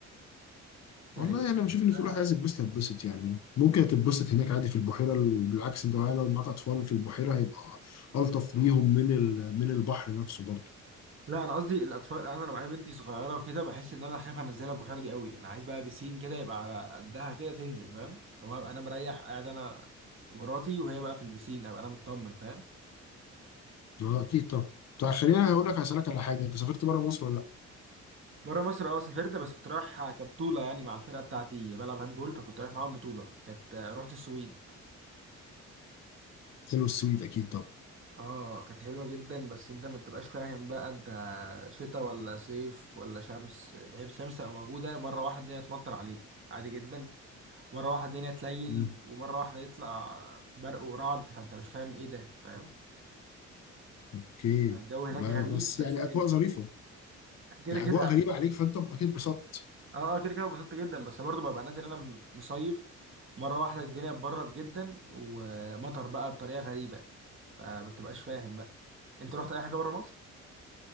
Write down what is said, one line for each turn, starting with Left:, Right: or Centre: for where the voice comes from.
Right: يعني
Left: والله
Right: بقيت أحسها
Left: انا بشوف ان في واحد عايز يتبسط يتبسط يعني ممكن تتبسط هناك عادي في البحيره بالعكس انت بقى لو معاك اطفال في البحيره هيبقى الطف ليهم من ال- من البحر نفسه برضه
Right: لا انا قصدي الاطفال يعني انا لو معايا بنتي صغيره وكده بحس ان انا خايف انزلها البحيره دي قوي انا عايز بقى بسين كده يبقى على قدها كده تنزل فاهم هو ابقى انا مريح قاعد انا ومراتي وهي بقى في البسين ابقى انا مطمن فاهم
Left: اه اكيد طبعا طب خليني هقول لك هسالك على حاجه انت سافرت بره مصر ولا لا؟
Right: بره مصر اه سافرت بس كنت رايح كبطوله يعني مع الفرقه بتاعتي بلعب هاندبول فكنت رايح معاهم بطوله كانت رحت السويد
Left: حلو السويد اكيد طبعا
Right: اه كانت حلوه جدا بس انت ما تبقاش فاهم بقى انت شتاء ولا صيف ولا شمس هي الشمس تبقى موجوده مره واحده الدنيا تمطر عليك عادي جدا مرة واحدة الدنيا تليل
Left: مم.
Right: ومرة واحدة يطلع برق ورعد فانت مش فاهم ايه ده فاهم
Left: اوكي
Right: الجو هناك
Left: ب-
Right: غريب
Left: بس
Right: بس
Left: يعني
Right: حلو
Left: اجواء ظريفه
Right: كده
Left: يعني
Right: كده
Left: اجواء غريبه عليك فانت اكيد اتبسطت
Right: اه اه كده كده اتبسطت جدا بس برضه ببقى نازل انا م- مصيف مرة واحدة الدنيا اتبرد جدا ومطر بقى بطريقة غريبة فما بتبقاش فاهم بقى انت رحت اي حاجة بره مصر؟